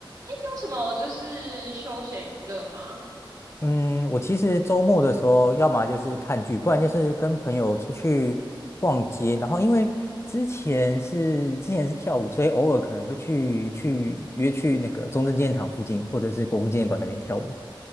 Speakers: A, on the right; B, on the left.
A: 有什么就是休闲娱乐吗？
B: 嗯，我其实周末的时候，要么就是看剧，不然就是跟朋友出去逛街。然后因为之前是之前是跳舞，所以偶尔可能会去去约去那个中正纪念堂附近，或者是国父纪念馆那边跳舞。